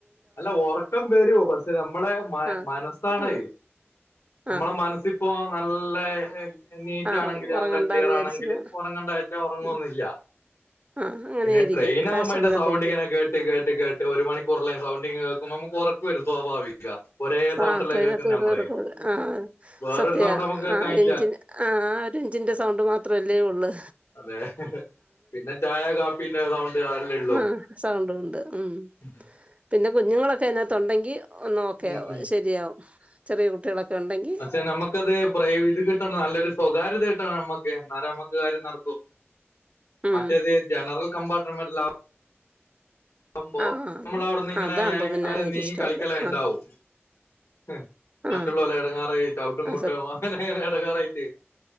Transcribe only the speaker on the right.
ആഹ്
ആഹ്
ആഹ്
ആഹ്
ഉറങ്ങണ്ടാന്ന്
വിചാരിച്ചത്
ഉം ആഹ് അങ്ങനെ
ഇരിക്കും
കാഴ്ചകൾ
കണ്ടിരിക്കും
ആഹ്
ട്രെയിനകത്ത്
കയറുമ്പോ
ഉറക്കം വരും ആഹ്
സത്യ
ആഹ് എഞ്ചിൻ ആ ആ ഒരു എഞ്ചിന്റെ സൗണ്ട് മാത്രമല്ലേ ഉള്ളു.
ആഹ് സൗണ്ടും ഉണ്ട് ഉം
പിന്നെ കുഞ്ഞുങ്ങളൊക്കെ അതിനകത്തുണ്ടെങ്കി ഒന്ന് ഓക്കെ
ആവും
ശരിയാവും ചെറിയ കുട്ടികളൊക്കെ ഉണ്ടെങ്കി
ഉം
ആ
അതാകുമ്പോ പിന്നെ
എനിക്കിഷ്ടല്ല
ആ
ആ
ആ